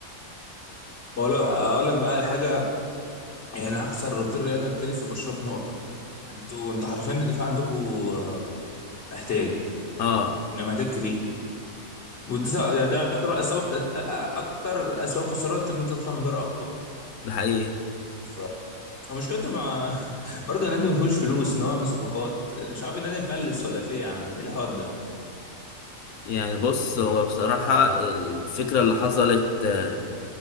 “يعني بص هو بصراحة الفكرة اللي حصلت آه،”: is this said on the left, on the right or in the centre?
Left